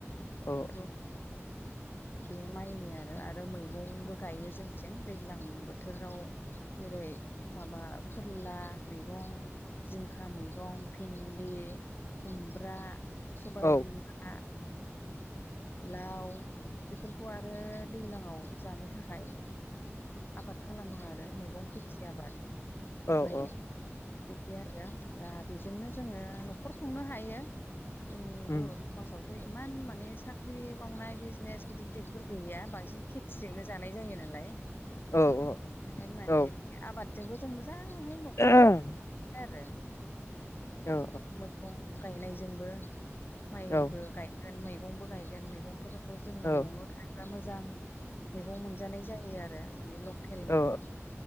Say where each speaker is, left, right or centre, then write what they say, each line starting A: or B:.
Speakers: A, on the left; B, on the left.
A: औ
B: एखौ बे माइ एनि आरो मैगंबो गायो जोंथिं दैज्लां बोथोराव जेरै माबा फोरला मैगं जिंखा मैगं भिन्दि खुमब्रा सबाय
A: औ
B: बिमा लाव बेफोरखौ आरो दैलांआव जानो थाखाय आबाद खालामो आरो मैगं खेथि आबाद
A: औ
B: माइ
A: औ
B: बिदि आरो दा बेजोंनो जोङो न'खर खुंनो हायो जोंनि
A: उम
B: बर' बसावथ' इमान मा माने साख्रि मावनाय बिजनेस गिदिर गिदिरफोर गैया बांसिन खेथिजोंनो जानाय जायो नालाय
A: औ औ
B: ओंखायनो माने
A: औ
B: आबादजोंबो जों मोजाङैहाय न' <unintelligible>
A: औ
B: आरो माने
A: औ
B: मो गं गायनायजोंबो माइबो
A: औ
B: गायगोन मैगंबो गायगोन मैगंफोर खौ जोङो
A: औ
B: न'आवनो थायोबा मोजां मैगं मोनजानाय जायो आरो मानि ल' केल मैगं
A: औ